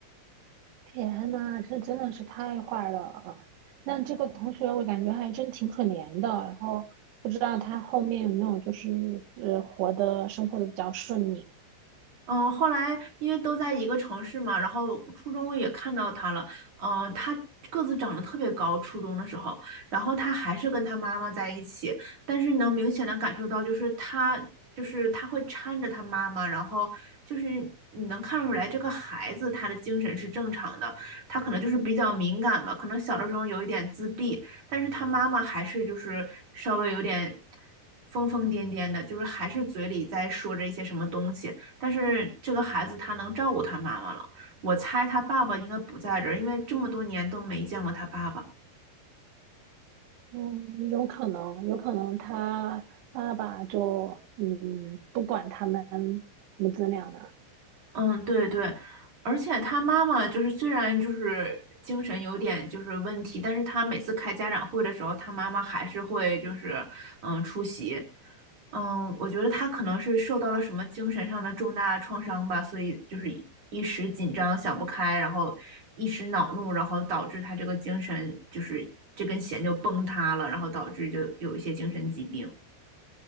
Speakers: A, on the right; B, on the right.
A: 天呐，这真的是太坏了。那这个同学我感觉还真挺可怜的，然后不知道他后面有没有就是呃活的生活的比较顺利。
B: 嗯，后来因为都在一个城市嘛，然后初中也看到他了，嗯，他个子长得特别高，初中的时候，然后他还是跟他妈妈在一起，但是能明显的感受到，就是他就是他会搀着他妈妈，然后就是你能看出来这个孩子他的精神是正常的，他可能就是比较敏感吧，可能小的时候有一点自闭，但是他妈妈还是就是稍微有点疯疯癫癫的，就是还是嘴里在说着一些什么东西。但是这个孩子他能照顾他妈妈了，我猜他爸爸应该不在这儿，因为这么多年都没见过他爸爸。
A: 嗯，有可能，有可能他爸爸就嗯不管他们母子俩了。
B: 嗯，对对，而且他妈妈就是虽然就是精神有点就是问题，但是他每次开家长会的时候，他妈妈还是会就是嗯出席。嗯，我觉得他可能是受到了什么精神上的重大创伤吧，所以就是一一时紧张想不开，然后一时恼怒，然后导致他这个精神就是这根弦就崩塌了，然后导致就有一些精神疾病。